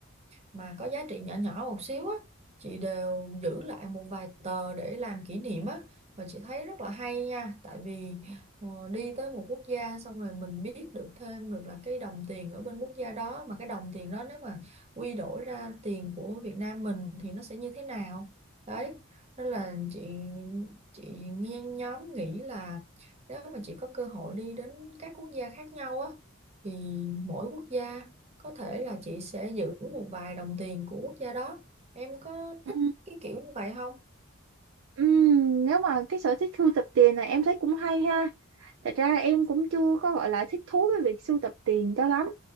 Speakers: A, on the right; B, on the right.
A: mà có giá trị nhỏ nhỏ một xíu á, chị đều giữ lại một vài tờ để làm kỷ niệm á. Và chị thấy rất là hay nha, tại vì ờ, đi tới một quốc gia xong rồi mình biết được thêm được là cái đồng tiền ở bên quốc gia đó, mà cái đồng tiền đó nếu mà quy đổi ra tiền của Việt Nam mình thì nó sẽ như thế nào đấy nên là chị chị nghe nhóm nghĩ là nếu mà chị có cơ hội đi đến các quốc gia khác nhau á thì mỗi quốc gia có thể là chị sẽ giữ một vài đồng tiền của quốc gia đó em có
B: Ừ.
A: thích cái kiểu như vậy không
B: Ừ, nếu mà cái sở thích sưu tập tiền này em thấy cũng hay ha. Thật ra em cũng chưa có gọi là thích thú với việc sưu tập tiền cho lắm.